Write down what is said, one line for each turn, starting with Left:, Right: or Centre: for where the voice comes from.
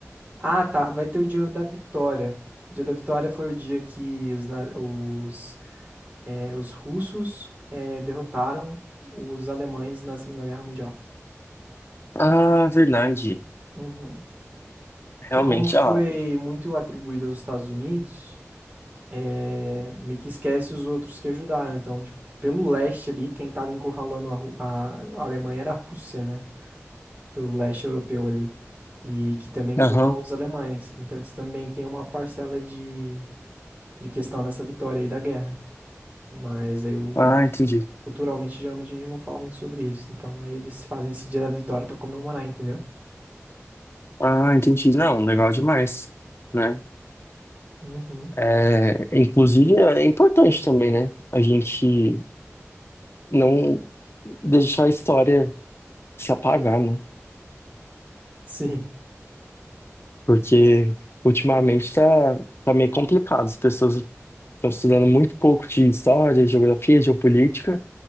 Right: Ah, tá. Vai ter o dia da vitória. O dia da vitória foi o dia que os, na- os, é, os russos é, derrotaram os alemães na Segunda Guerra Mundial.
Left: Ah, verdade.
Right: Uhum.
Left: Realmente,
Right: Porque como foi
Left: ah.
Right: muito atribuído aos Estados Unidos, é, meio que esquece os outros que ajudaram. Então, tipo, pelo leste ali, quem tava encurralando a, Ru- a- Alemanha era a Rússia, né? Pelo leste europeu ali. E que também encurralou
Left: Aham.
Right: os alemães. Então, eles também têm uma parcela de, de questão nessa vitória aí da guerra. Mas aí, o-
Left: Ah,
Right: a gente-
Left: entendi.
Right: culturalmente, geralmente a gente não fala muito sobre isso. Então, aí eles fazem esse dia da vitória pra comemorar, entendeu?
Left: Ah, entendi. Não, legal demais, né?
Right: Uhum.
Left: É, inclusive, é importante também, né? A gente não deixar a história se apagar, né?
Right: Sim.
Left: Porque ultimamente tá, tá meio complicado. As pessoas estão estudando muito pouco de história, geografia, geopolítica.